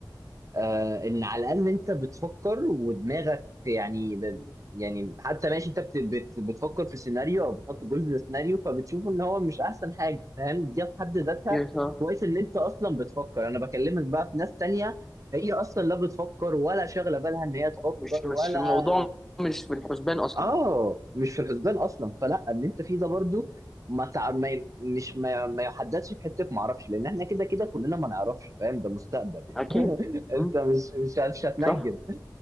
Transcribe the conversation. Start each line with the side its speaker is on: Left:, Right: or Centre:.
Right: آه ان على الاقل انت بتفكر ودماغك يعني ب... يعني حتى ماشي انت بت... بت... بتفكر في سيناريو او بتحط جزء للسيناريو فبتشوف ان هو مش احسن حاجه فاهم دي في حد ذاتها
Centre: يعني صح.
Right: كويس ان انت اصلا بتفكر انا بكلمك بقى في ناس تانية هي اصلا لا بتفكر ولا شاغله بالها ان هي تفكر
Centre: مش مش
Right: ولا
Centre: الموضوع مش في الحسبان اصلا
Right: اه مش في الحسبان اصلا فلا ان انت فيه ده برضو ما تع... ما ي... مش ما, ي... ما يحددش في حته ما اعرفش لان احنا كده كده كلنا ما نعرفش فاهم ده مستقبل يعني
Centre: اكيد
Right: انت
Centre: مم.
Right: مش مش هت- مش هتنجم
Centre: صح